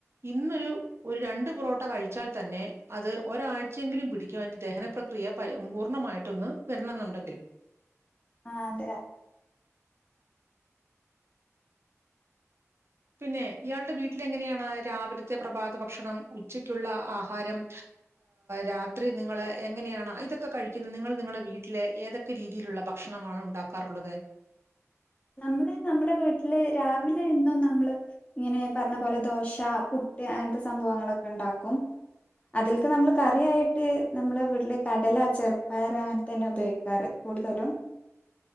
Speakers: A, on the right (about 55°); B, on the left (about 25°).
A: ഇന്നൊരു ഒരു രണ്ട് പൊറോട്ട കഴിച്ചാൽ തന്നെ അത് ഒരാഴ് ചെങ്കിലും പിടിക്കും അയ്ന്റെ ദഹനപ്രക്രിയ പൂർണ്ണമായിട്ടൊന്ന് വരണന്നുണ്ടെങ്കിൽ.
B: ആ അതെ
A: പിന്നെ ഇയാളുടെ വീട്ടില എങ്ങനെയാണ് രാവിലത്തെ പ്രഭാതഭക്ഷണം ഉച്ചക്കുള്ള ആഹാരം രാത്രി നിങ്ങള് എങ്ങനെയാണ് ഇതൊക്കെ കഴിക്കുന്നത് നിങ്ങൾ നിങ്ങളുടെ വീട്ടിലെ ഏതൊക്കെ രീതിയിലുള്ള ഭ ഭക്ഷണമാണ് ഉണ്ടാക്കാറുള്ളത്
B: നമ്മള് നമ്മുടെ വീട്ടില് രാവിലെ ഇന്നും നമ്മള് ഇങ്ങനെ പറഞ്ഞപോലെ ദോശ പു പുട്ട് അങ്ങൻത്തെ സംഭവങ്ങളൊക്കെണ്ടാക്കും അതിൽക്ക് നമ്മള് കറിയായിട്ട് നമ്മളെ വീട്ടില് കടല ചെറുപ്പയർ അങ്ങനെ തന്നെ ഉപയോഗിക്കാറ്. കൂടുതലും